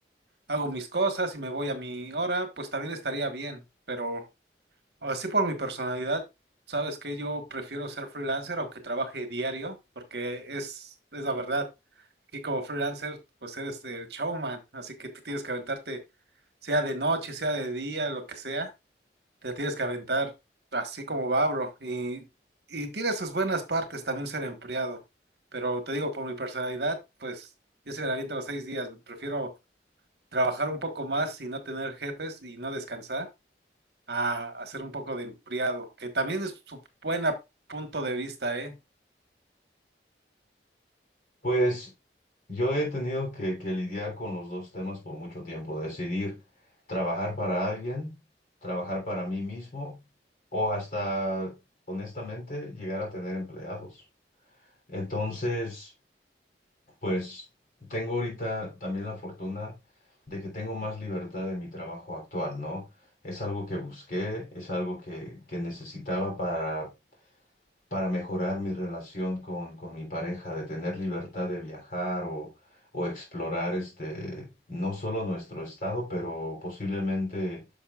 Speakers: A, on the right (about 70°); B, on the left (about 50°).
A: hago mis cosas y me voy a mi hora, pues también estaría bien, pero así por mi personalidad, sabes que yo prefiero ser freelancer aunque trabaje diario, porque es, es la verdad, aquí como freelancer, pues eres el showman, así que tú tienes que aventarte, sea de noche, sea de día, lo que sea, te tienes que aventar así como va, bro, y, y tiene sus buenas partes también ser empleado, pero te digo, por mi personalidad, pues yo se me la aviento los seis días, prefiero trabajar un poco más y no tener jefes y no descansar, a hacer un poco de empleado, que también es su buen punto de vista, ¿eh?
B: Pues yo he tenido que, que lidiar con los dos temas por mucho tiempo, decidir trabajar para alguien, trabajar para mí mismo o hasta, honestamente, llegar a tener empleados. Entonces, pues tengo ahorita también la fortuna de que tengo más libertad en mi trabajo actual, ¿no? Es algo que busqué, es algo que, que necesitaba para para mejorar mi relación con, con mi pareja, de tener libertad de viajar o, o explorar este, no solo nuestro estado, pero posiblemente